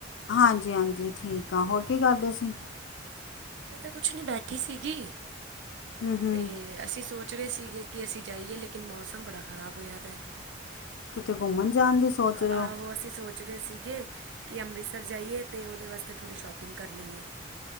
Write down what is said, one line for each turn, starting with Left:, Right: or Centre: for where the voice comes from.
Left: ਹਾਂਜੀ ਹਾਂਜੀ ਠੀਕ ਹਾਂ ਹੋਰ ਕੀ ਕਰਦੇ ਸੀ
Right: ਮੈਂ ਤਾਂ ਕੁਛ ਨੀ ਬੈਠੀ ਸੀਗੀ
Left: ਹੂੰ ਹੂੰ
Right: ਤੇ ਅਸੀਂ ਸੋਚ <inaudible> ਸੀਗੇ ਕਿ ਅਸੀਂ ਜਾਈਏ ਲੇਕਿਨ ਮੌਸਮ ਬੜਾ ਖ਼ਰਾਬ ਹੋਇਆ ਦਾ
Left: ਕਿਤੇ ਘੁੰਮਣ ਜਾਣ ਦੀ ਸੋਚ
Right: ਹੈ
Left: ਰਹੇ ਹੋ
Right: ਆਹੋ ਅਸੀਂ ਸੋਚ ਰੇ ਸੀਗੇ ਕਿ ਅੰਮ੍ਰਿਤਸਰ ਜਾਈਏ ਅਤੇ ਉਹਦੇ ਵਾਸਤੇ ਥੋੜ੍ਹੀ ਸ਼ੋਪਿੰਗ ਕਰ ਲਈਏ